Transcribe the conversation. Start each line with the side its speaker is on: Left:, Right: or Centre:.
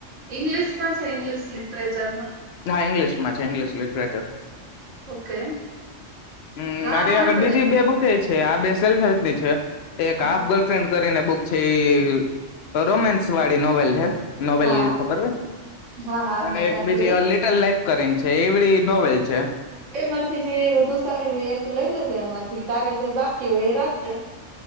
Right: ઈંગ્લિશ માં છે ઇંગ્લિશ લિટરેચરમાં.
Left: હાઇ્લિશ માં ઇંગ્લિશ લિટરેચર.
Right: ઓકે
Left: હમ
Right: હા
Left: મારી
Right: વાંધો
Left: આગળ બીજી
Right: ને
Left: બે ભુ કે છે. છે આ બે સેલ્ફ હેલ્થ ની છે. એક
Right: હા
Left: હાફ ગર્લફ્રેન્ડ. કરીને બુક છે એ રોમેન્સ વાળી નોવેલ હે. નોવેલ
Right: હા
Left: ખબર હો
Right: હા હા
Left: અને
Right: મેં સાંભળ્યું
Left: બીજી લિટલ લાઈફ કરીને છે એવડી નોવેલ છે.
Right: બેમાંથી જે બધું સારી હોય એક લઈ લેજે એમાંથી તારે જે બાકી હોય એ રાકજે